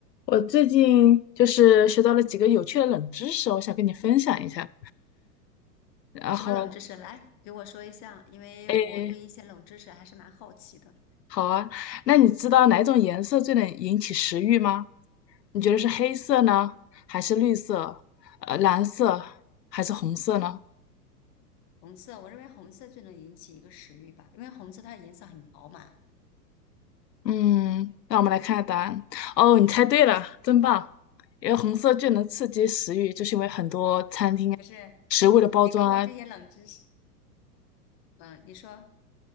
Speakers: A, on the left; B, on the left.
A: 我最近就是学到了几个有趣的冷知识，我想跟你分享一下。然后，
B: 什么冷知识？来给我说一下，因为我对一些冷知识还是蛮好奇的。
A: 诶，好啊，那你知道哪种颜色最能引起食欲吗？你觉得是黑色呢，还是绿色？呃，蓝色还是红色呢？
B: 红色，我认为红色最能引起一个食欲吧，因为红色它的颜色很饱满。
A: 嗯，那我们来看看答案。哦，你猜对了，真棒！因为红色最能刺激食欲，就是因为很多餐厅啊
B: 不是，
A: 食物的包装啊
B: 你考我这些冷知识，嗯，你说，